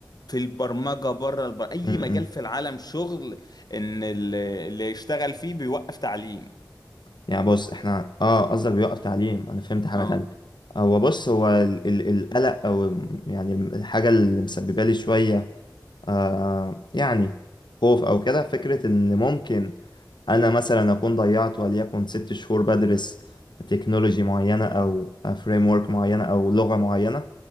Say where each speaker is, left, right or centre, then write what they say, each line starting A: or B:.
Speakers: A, on the left (about 60°); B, on the left (about 80°).
A: في البرمجة بره البر... اي
B: مم.
A: مجال في العالم شغل ان ال- اللي يشتغل فيه بيوقف تعليم
B: يعني بص احنا اه قصدك بيوقف تعليم انا فهمت حاجة
A: اه
B: تانية هو بص هو ال- ال- القلق او يعني الحاجة اللي مسببة لي شوية آه يعني خوف أو كده فكرة إن ممكن أنا مثلا أكون ضيعت وليكن ست شهور بدرس تكنولوجي معينة أو فريم ورك معينة أو لغة معينة